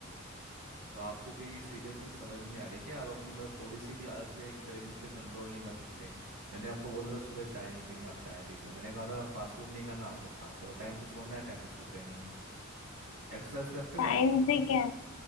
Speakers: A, on the right; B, on the left.
A: तो आपको कि ये सीरियसनेस समझ नहीं आ रही कि आप अपनी मतलब थोड़ी सी भी आदत पे क्रेविंग्स पे कंट्रोल नहीं कर सकते मैंने आपको बोला था सुबह चाय नहीं पीनी आप चाय पीते हो मैंने कहा था फास्ट फूड नहीं खाना आप वो खाते हो टाइम से सोना है टाइम से सोते नहीं हो एक्सरसाइज करते हो
B: टाइम
A: आप
B: से क्या